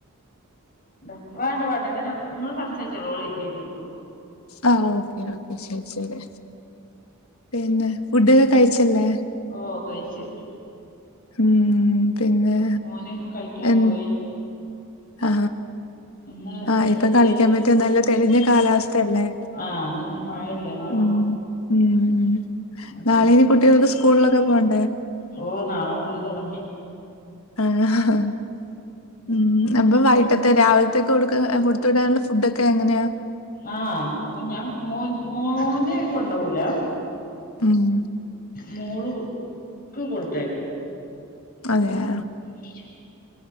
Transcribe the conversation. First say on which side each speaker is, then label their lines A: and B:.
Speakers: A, on the left; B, on the left.
A: ന്താ വേണ്ട വേണ്ട ങ്ങനെ ങ്ങള് സംസാരിച്ചോളൂ ഓള്യ്യ്ട്ട്
B: ആ ഓക്കേ ഓക്കേ ശരി ശരി പിന്നെ ഫുഡൊക്കെ കഴിച്ചല്ലേ
A: ഓ കഴിച്ച്
B: ഉം പിന്നേ
A: മോന് കളിക്കാൻ
B: എൻ
A: പോയി
B: ആ
A: ഇന്ന്
B: ആ ഇപ്പ
A: കൊച്ചേന്
B: കളിക്കാൻ പറ്റിയ നല്ല തെളിഞ്ഞ കാലാവസ് തന്നെ
A: ആഹ് ഇന്ന് മഴയില്ലല്ലോ
B: ഉം ഉം ഉം
A: അപ്പൊ
B: നാളെയിനി കുട്ടികൾക്ക് സ്കൂൾലൊക്കെ പോണ്ടേ
A: ഓ നാളെ മൊതല് തൊടങ്ങി
B: ആ ഹ് ഉം അപ്പ വൈട്ടത്തെ രാവിൽത്തേക്ക് കൊടുക്കുന്ന അ കൊടുത്തു വിടാനുള്ള ഫുഡൊക്കെ എങ്ങനെയാ
A: ആ ഞാ മോൻ മോന് കൊണ്ടോവൂല
B: ഉം
A: മോളു ക്ക് കൊടുത്തയ്ക്കും
B: അതെയാ
A: നീ ചോയ്